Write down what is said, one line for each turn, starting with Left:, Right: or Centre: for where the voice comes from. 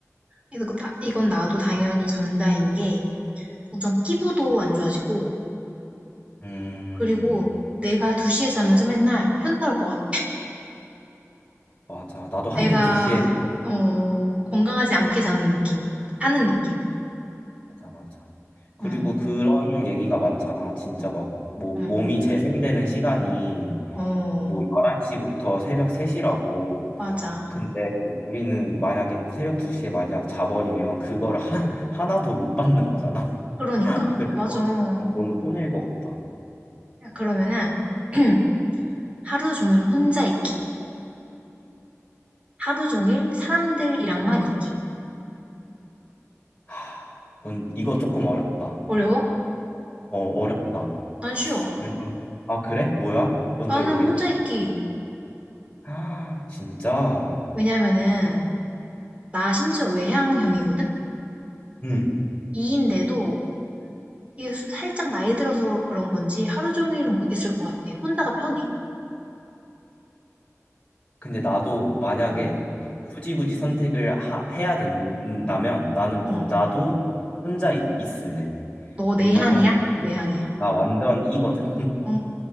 Right: 이거 나- 이건 나도 당연히 전자인 게, 우선 피부도 안 좋아지고,
Left: 음.
Right: 그리고 내가 2시에 자면서 맨날 현타 올것
Left: 맞아. 나도 한때
Right: 내가
Left: 2시에
Right: 어, 건강하지 않게 자는 느낌, 사는 느낌.
Left: 맞아 맞아. 그리고
Right: 음,
Left: 그런 얘기가 많잖아. 진짜 막 뭐
Right: 응.
Left: 몸이 재생되는 시간이
Right: 어,
Left: 뭐 11시부터 새벽 3시라고
Right: 맞아.
Left: 근데 우리는 만약에 새벽 2시에 만약 자버리면 그거를 하, 하나도 못 받는 거잖아.
Right: 그러니까
Left: <laughs> 그래서
Right: 맞아.
Left: 어, 너무 손해일 것 같다.
Right: 야, 그러면은 <clears throat> 하루 종일 혼자 있기, 하루 종일 사람들이랑만 있기.
Left: 하, 이건 이거 조금 어렵다.
Right: 어려워?
Left: 어, 어렵다.
Right: 난 쉬워.
Left: 왜냐면 아, 그래? 뭐야? 먼저
Right: 나는
Left: 얘기해
Right: 혼자
Left: 줘.
Right: 있기.
Left: 아, 진짜.
Right: 왜냐면은 나 심지어 외향형이거든.
Left: 음.
Right: 이인데도 이게 수- 살짝 나이 들어서 그런 건지 하루 종일은 못 있을 것 같아. 혼자가 편해.
Left: 근데 나도 만약에
Right: 어,
Left: 굳이 굳이 선택을 하, 해야 된다면 나는 무,
Right: 어.
Left: 나도 혼자 있, 있을래.
Right: 너 내향이야?
Left: 왜냐면 이게
Right: 외향이야?
Left: 나 완전 이거든.
Right: 어,